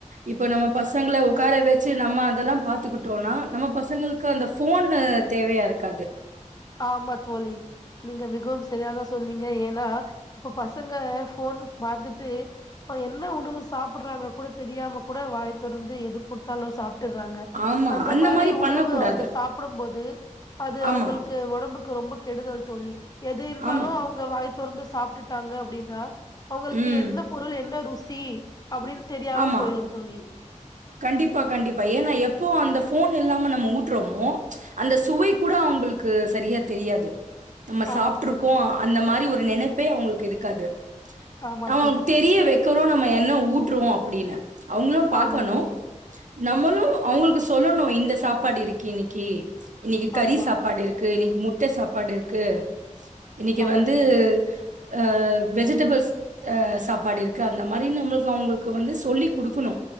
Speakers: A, on the right; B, on the left.
A: இப்ப நம்ம பசங்கள உகார வச்ச சு நம்ம அதெல்லா பாத்துக்குட் டோனா நம்ம பசங்களுக்கு அந்த ஃபோன் னு தேவையா இருக்காது
B: ஆமா தோழி நீங்க மிகவும் சரியாக சொன்னிங்க ஏன்னா இப்ப பச் சங்க ஃபோன் பாத்துட்டு அ என்ன உணவு சாப்புட்றாங்க கூட தெரியாம கூட வாய் தொறந்து எது கொடுத்தாலு சாப் ர்றாங்க
A: ஆமா
B: அந்த மாரி
A: பண்ண
B: உணவு
A: கூடாது
B: அவங்க சாப்புடும் போது அது
A: ஆமா
B: அவங்களுக் க்கு உடம்புக்கு ரொம்ப கெடுதல் தோழி எது இருந்தாலு
A: ஆமா
B: அவுங்க வாய துறந்து சாப்பிட்டுட்டாங்க அப்டின் னா அவங்களுக்கு
A: ம்
B: எந்த பொருள் என்ன ருச் சீ அப்டின்னு தெரியாம
A: ஆமா
B: போய்ரு தோழி
A: கண்டிப்பா கண்டிப்பா ஏன்னா எப்போ அந்த போன் இல்லாம நம்ம ஊட்டுறமோ அந்த சுவை கூட அவங்களுக்கு சரியா தெரியாது நம்ம
B: ஆமா
A: சாப்ருக்கோ
B: தோழி
A: அந்த மாரி ஒரு நெனப்பே அவங்களுக்கு இருக்காது
B: ஆமா
A: அவ
B: தோழி
A: தெரியவே கறோ நம்ம என்ன ஊட் ட்ருவோ அப்டின்னு அவங்களு பாக்கணு
B: ஆமா தோழி
A: நம்மளு அவங்களுக்கு சொல்லணு இந்த சாப்பாடு இருக்கு இன்னிக்கி இன்னிக்கு கறி
B: ஆமா
A: சாப்பாடு இருக் க்கு இன்னிக்கு முட்ட சாப்பாடு இருக்கு இன்னிக்கு
B: ஆமா
A: வந்து
B: தோழி
A: ஆ வெஜிடேபில்ஸ் அ சாப்பாடு இருக்கு அந்த மாரி நம்மச் அவங்களு க்கு வந்து சொல்லி குடுக்கணு